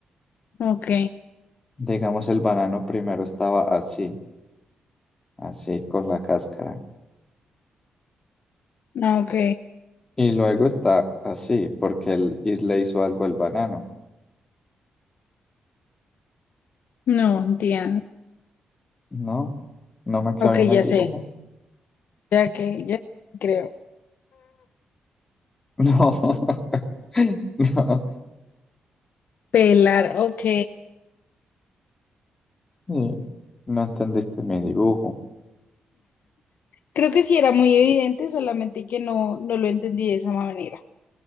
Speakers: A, on the left; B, on the left.
A: Ok,
B: Digamos, el banano primero estaba así, así con la cáscara.
A: ok.
B: Y luego está así, porque él y le hizo algo al banano.
A: No, entiendo.
B: No, no me quedó
A: Ok,
B: bien el
A: ya
B: dibujo.
A: sé. Ya que, ya creo.
B: No, <laughs> no,
A: Pelar, ok.
B: eh, no entendiste mi dibujo.
A: Creo que sí era muy evidente, solamente que no, no lo entendí de esa manera.